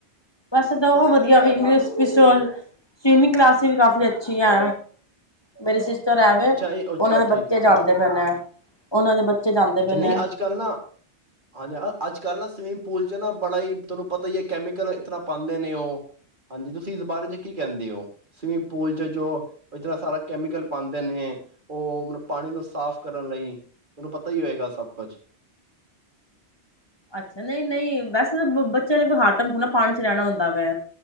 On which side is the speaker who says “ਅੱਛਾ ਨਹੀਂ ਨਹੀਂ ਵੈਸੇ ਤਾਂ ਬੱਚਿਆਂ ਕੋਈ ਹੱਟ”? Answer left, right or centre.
Left